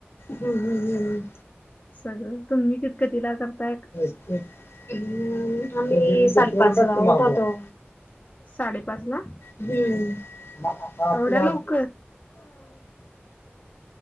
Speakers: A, on the left (about 70°); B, on the left (about 35°).
A: हम् हम् हम्.
B: सगळं तुम्ही कित कितिला करताय?
A: हम्म आम्ही साडेपाचला उठंतो.
B: साडेपाच ला
A: ह् आप आपला.
B: एवढ्या लवकर?